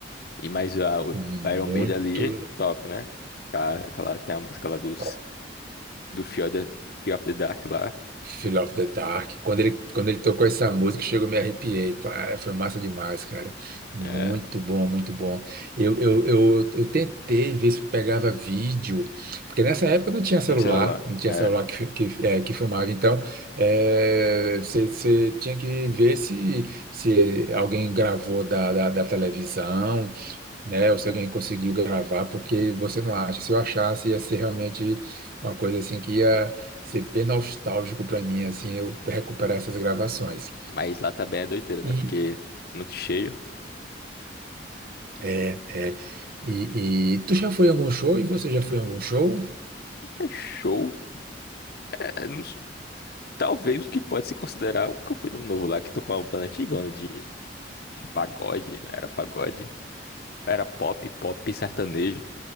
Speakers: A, on the left; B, on the right.
A: e mais a, o
B: Muito
A: Iron Maiden ali, top, né? Aquela, aquela- tem a música lá dos,
B: top.
A: do Fear of the, Fear of the Dark lá.
B: Fear of the Dark. Quando ele, quando ele tocou essa música, chegou, me arrepiei. Ah, Foi massa demais, cara. Muito
A: É,
B: bom, muito bom. Eu, eu, eu, eu tentei ver se pegava vídeo, porque nessa época não tinha celular,
A: não sei lá.
B: não tinha
A: É,
B: celular que, fi- que, eh, que filmava. Então, eh, você você tinha que ver se, se alguém gravou da, da, da televisão né? Ou se alguém conseguiu gravar, porque você não acha. Se eu achasse, ia ser realmente uma coisa assim que ia ser bem nostálgico para mim, assim, eu recuperar essas gravações.
A: mas lá também é doideira, né?
B: E
A: Porque muito cheio.
B: é, é. E, e tu já foi a algum show? E você já foi a algum show?
A: É show. É, não s- talvez o que pode se considerar um que eu fui no novo lá, que tocou uma banda antigona de, de pagode. Era pagode. Era pop, pop sertanejo.